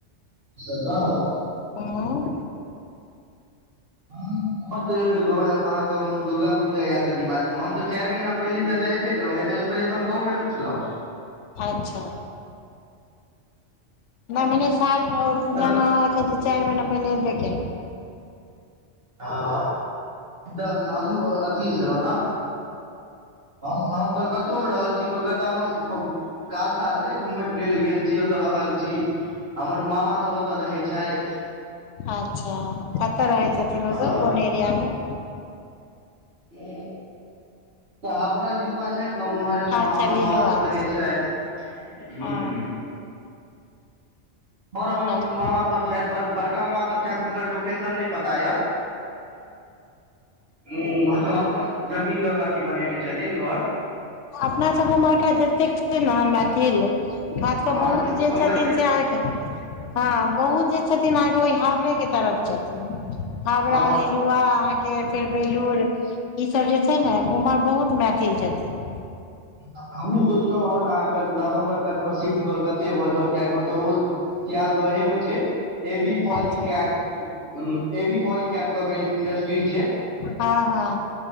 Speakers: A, on the right; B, on the left.
A: से गाँव,
B: उँ।
A: हँ गाॅंव तऽ एबै गाँव आएब अहाँक हम दुर्गा पूजा या त दिबाली म हम तऽ चारि महीना पहिले तऽ एत्तऽ एब्बे केलौं नै तऽ अइसे पहिले त हम गाँवे मे छलहुॅं।
B: अच्छा नै मने साल मे रहब कि
A: ओना
B: जेना अखैन छुट्टी चारि महिना पहिले एब्बे केलौं।
A: हँ तऽ हमहुँ अथी छलहुँ ने हम हम कलकत्तो मे रहल छी कोलकाता मे हम काज - ताज नै घुमय फिरय ले गेल छी ओतऽ रहल छी। हमर मामा सब ओतऽ रहै छाइथ।
B: अच्छा कतऽ रहै छथिन ओ सब
A: तऽ
B: कोन एरिया मे?
A: ह तऽ हमरा लीलुवा छथि ने उमहरे उम
B: अच्छा
A: - हमर
B: लीलुआ
A: मामा सब रहै
B: दिस
A: छथि। हूँ।
B: ओ
A: और हमर म-मामा
B: हूँ
A: सब छथि बड़-बड़का ममा सब छथि हुनकर लोकेशन नै पता यऽ। हूॅं ओ सब अपन जमीन लऽ कऽ अथी बनेने छथिन घर।
B: त अपना सब ओमहरका जतेक छियै नऽ मैथिल बात तऽ
A: हँ
B: बहुत
A: से
B: जे
A: कोलकाते
B: छथिन
A: मे
B: से अहाँके हँ बहुत जे छथिन अहाँक ओइ हाबड़े के तरफ छथिन। हावड़ा,
A: हँ
B: लिलुवा।
A: हँ
B: के फेर बेलुर ई सब जे छै ने ओमहर बहुत मैथिल छथिन।
A: आ हमहूँ सोचलौं हन अहाँ क नवम्बर तक म शिफ्ट कोलकत्ते भऽ जाउ कियाकि ओतहुवो सियाल दहे मे छै ए बी पोलिकैट
B: अच्छा
A: उम - ए बी पाॅलिकैट कऽ के इ इंडस्ट्री छै,
B: हँ हँ